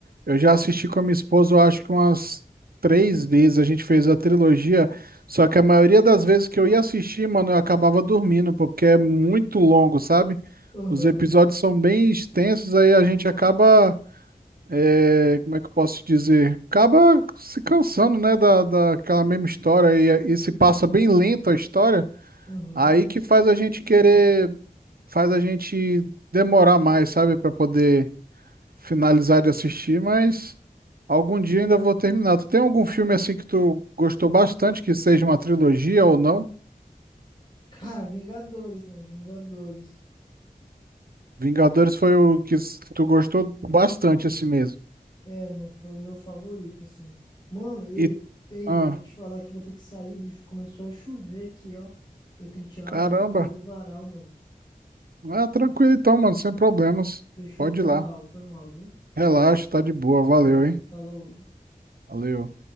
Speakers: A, on the right (about 75°); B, on the left (about 30°).
A: Eu já assisti com a minha esposa, eu acho que umas três vezes a gente fez a trilogia, só que a maioria das vezes que eu ia assistir, mano, eu acabava dormindo, pô, porque é muito longo, sabe?
B: Aham,
A: Os episódios são bem extensos, aí a gente acaba, é, como é que eu posso dizer? Acaba se cansando, né, da, daquela mesma história e, e se passa bem lento a história,
B: aham.
A: aí que faz a gente querer faz a gente demorar mais, sabe, Pra poder finalizar de assistir, mas algum dia ainda vou terminar. Tu tem algum filme assim que tu gostou bastante, que seja uma trilogia ou não?
B: Cara, Vingadores, mano, Vingadores.
A: Vingadores foi o que s- que tu gostou bastante assim mesmo.
B: É, mano, foi o meu favorito, assim. Mano, ei,
A: E
B: ei,
A: ah,
B: vou te falar que eu vou ter que sair, bicho. Começou a chover aqui, ó. Eu tenho que tirar
A: caramba.
B: umas roupas ali do varal, mano.
A: Ah, tranquilo então, mano, sem problemas.
B: Fechou?
A: Pode
B: Foi
A: ir lá.
B: mal, foi mal, viu?
A: Relaxa, tá de boa. Valeu,
B: Falou,
A: hein?
B: falou.
A: Valeu.